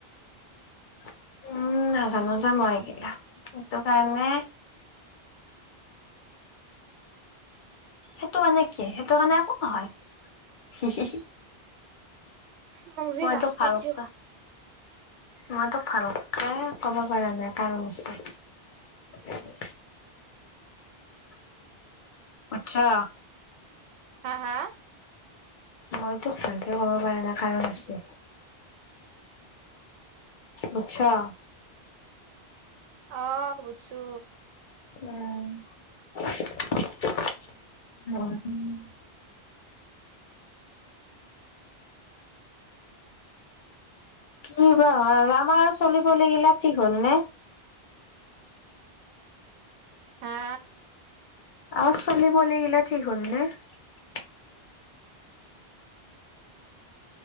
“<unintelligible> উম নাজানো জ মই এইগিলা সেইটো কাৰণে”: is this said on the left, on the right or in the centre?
Left